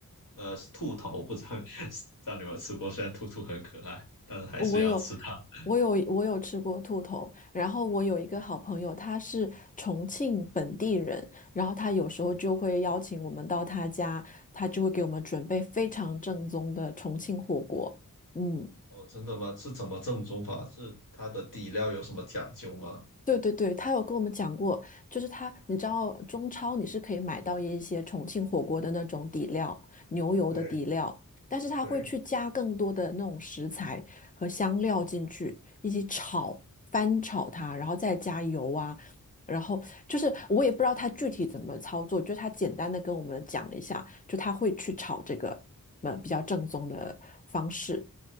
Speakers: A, on the left; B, on the left.
A: 呃兔头，不知道 <laughs> 知道你有没有吃过？虽然兔兔很可爱，但是还是要吃它。
B: 我有，我有，我有吃过兔头。然后我有一个好朋友，他是重庆本地人，然后他有时候就会邀请我们到他家，他就会给我们准备非常正宗的重庆火锅。嗯，
A: 哦，真的吗？是怎么正宗法？是它的底料有什么讲究吗？
B: 对对对，他有跟我们讲过，就是他，你知道中超你是可以买到一些重庆火锅的那种底料，牛油的底料，
A: 对
B: 但是他会去加更多的那种食材和香料进去，
A: 对，
B: 一起炒，翻炒它，然后再加油啊，然后就是我也不知道他具体怎么操作，就他简单的跟我们讲了一下，就他会去炒这个，呃，比较正宗的方式。